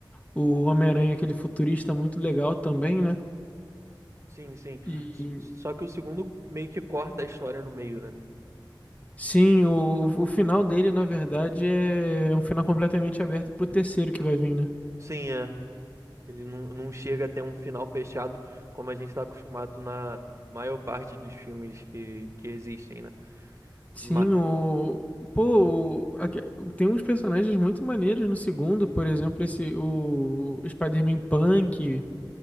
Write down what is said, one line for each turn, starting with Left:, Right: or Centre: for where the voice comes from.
Left: o, o Homem-Aranha, aquele futurista, muito legal também, né?
Right: Sim, sim.
Left: E
Right: S- Só que o segundo meio que corta a história no meio, né?
Left: sim, o, o final dele, na verdade, é é um final completamente aberto pro terceiro que vai vir, né?
Right: Sim, é. Ele não, não chega a ter um final fechado como a gente está acostumado na maior parte dos filmes que, que existem, né?
Left: Sim,
Right: Ma-
Left: o. Pô, o- aque- tem uns personagens muito maneiros no segundo, por exemplo, esse o Spider-Man Punk.